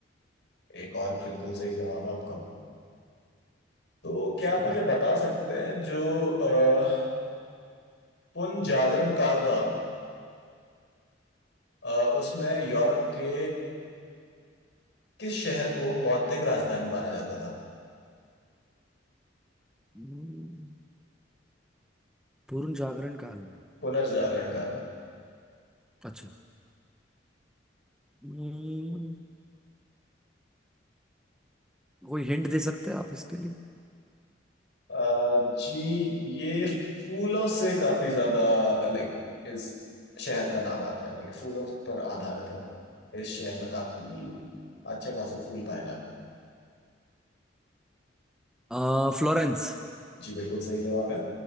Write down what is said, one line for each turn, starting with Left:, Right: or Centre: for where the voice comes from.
Left: एक और बिल्कुल सही जवाब आपका तो क्या
Centre: शुक्रिया
Left: आप मुझे बता सकते हैं जो अ, पुनर्जागरण काल था अ, उसमें यूरोप के किस शहर को बौद्धिक राजधानी माना जाता था
Centre: हम्म, पूर्ण जागरण काल में
Left: पुनर्जागरण
Centre: हम्म,
Left: काल
Centre: अच्छा हम्म, कोई हिंट दे सकते हैं आप इसके लिए
Left: अ, जी ये फूलों से काफी ज्यादा लाइक इस शहर का नाम आता है लाइक फूलों पर आधारित है इस शहर में काफी अच्छे खासे फूल पाए जाते हैं
Centre: अ, फ्लोरेंस
Left: जी बिल्कुल सही जवाब है